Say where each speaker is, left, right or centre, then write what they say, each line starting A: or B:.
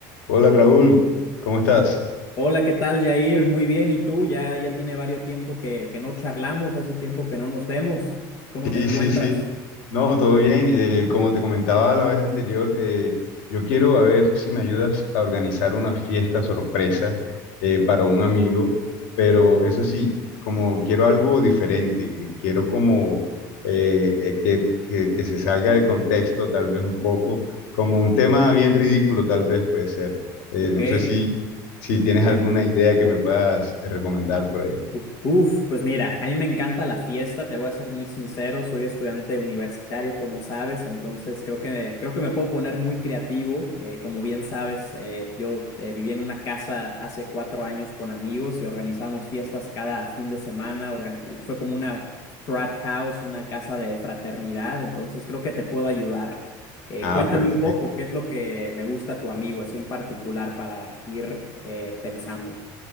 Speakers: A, on the left; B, on the left.
A: Hola Raúl, ¿cómo estás?
B: Hola, ¿qué tal, Jair? Muy bien, ¿y tú? Ya, ya tiene varios tiempo que, que no charlamos, hace tiempo que no nos vemos. ¿Cómo
A: Sí,
B: te encuentras?
A: sí, sí. No, todo bien. Eh, como te comentaba la vez anterior, eh, yo quiero a ver si me ayudas a organizar una fiesta sorpresa eh, para un amigo, pero eso sí, como quiero algo diferente, quiero como eh, eh, que, que- que se salga de contexto tal vez un poco, como un tema bien ridículo tal vez puede ser. Eh,
B: Ok,
A: no sé si, si
B: ok.
A: tienes alguna idea que me puedas eh, recomendar por ahí.
B: Uf, uf, pues mira, a mí me encanta la fiesta, te voy a ser muy sincero, soy estudiante universitario, como sabes, entonces creo que, creo que me puedo poner muy creativo. Eh, como bien sabes, eh, yo eh, viví en una casa hace cuatro años con amigos y organizábamos fiestas cada fin de semana, organ- eh, fue como una frat house, una casa de fraternidad, entonces creo que te puedo ayudar. Eh,
A: Ah,
B: cuéntame
A: perfecto.
B: un poco, ¿qué es lo que le gusta a tu amigo, así en particular, para ir eh, pensando?